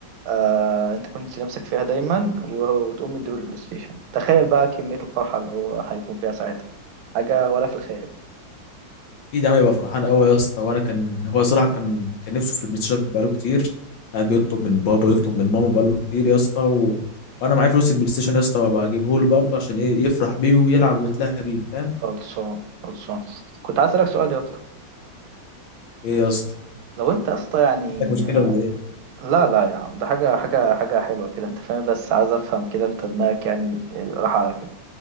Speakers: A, on the right; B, on the left.
A: آه انت كنت نفسك فيها دايما و- وتقوم مديله البلاي ستيشن تخيل بقى كمية الفرحة اللي هو هيكون فيها ساعتها حاجة ولا في الخيال
B: اكيد يا عم يبقى فرحان قوي يا اسطى وانا كان هو صراحه كان كان نفسه في البلاي ستيشن بقاله كتير قاعد بيطلب من بابا يطلب من ماما بقاله كتير يا اسطى و... وانا معايا فلوس البلاي ستيشن يا اسطى وابقى اجيبه له برضه عشان ايه يفرح بيه ويلعب ويتلهى بيه فاهم
A: خلصان خلصان كنت عايز اسألك سؤال يا اسطى
B: ايه يا اسطى
A: لو انت يا اسطى يعني
B: عندك مشكله ولا ايه
A: لا لا يا عم ده حاجة حاجة حاجة حلوة كده انت فاهم بس عايز افهم كده انت دماغك يعني راح على فين